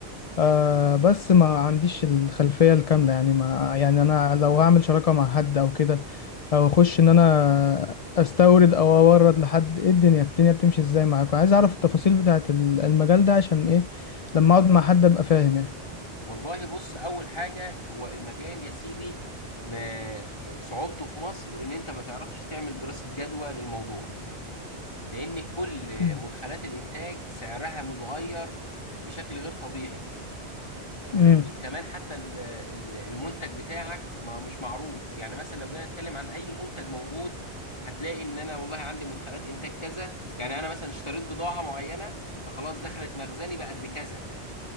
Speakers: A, on the left; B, on the left.
A: آه بس ما عنديش الخلفية الكاملة يعني ما يعني أنا لو هعمل شراكة مع حد أو كده أو أخش إن أنا أستورد أو أورد لحد إيه الدنيا الدنيا بتمشي إزاي معاكم عايز أعرف التفاصيل بتاعة ال- المجال ده عشان إيه لما أقعد مع حد أبقى فاهم يعني
B: والله بص اول حاجه هو المجال يا سيدي ما صعوبته في مصر ان انت ما تعرفش تعمل دراسه جدوى للموضوع لان كل
A: مم.
B: مدخلات الانتاج سعرها متغير بشكل غير طبيعي و-
A: امم
B: وكمان حتى ال- ال- المنتج بتاعك ما مش معروف يعني مثلا لو جينا نتكلم عن اي منتج موجود هتلاقي ان انا والله عندي مدخلات انتاج كذا يعني انا مثلا اشتريت بضاعة معينة فخلاص دخلت مخزني بقت بكذا